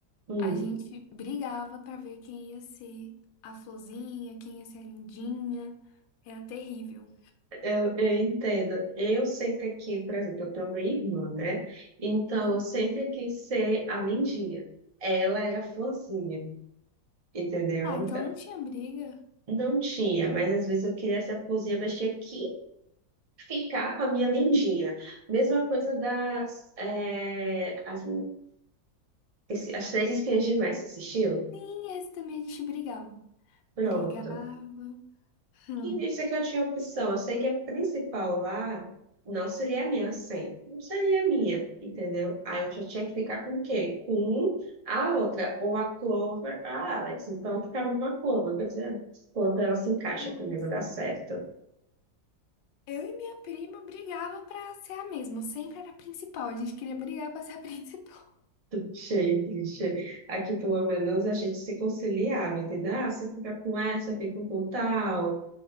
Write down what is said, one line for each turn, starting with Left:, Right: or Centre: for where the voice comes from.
Right: Hum,
Left: A gente brigava pra ver quem ia ser a florzinha, quem ia ser a lindinha. Era terrível.
Right: eu, eu entendo. Eu sempre quis, por exemplo, eu tenho uma irmã, né? Então,
Left: Uhum.
Right: eu sempre quis ser a lindinha. Ela era a florzinha, entendeu?
Left: Ah, então
Right: Então,
Left: não tinha briga.
Right: Não tinha, mas às vezes eu queria ser a florzinha, mas tinha que ficar com a minha lindinha. Mesma coisa das é, as, esse- as três espinhas demais, você assistiu?
Left: Sim, esse também a gente brigava.
Right: Pronto.
Left: Brigava. Hum.
Right: E disse que eu tinha opção. Eu sei que a principal lá não seria a minha senha. Não seria a minha, entendeu? Aí eu já tinha que ficar com o quê? Com a outra, ou a Clover, a Alex. Então eu ficava com a Clover, quer dizer, quando ela se encaixa
Left: Deus.
Right: também não dá certo.
Left: Eu e minha prima brigava pra ser a mesma, sempre era a principal. A gente queria brigar pra ser a <laughs> principal.
Right: <laughs> Achei triste. Aqui, pelo menos, a gente se conciliava, entendeu? Ah, você fica com essa, fica com tal.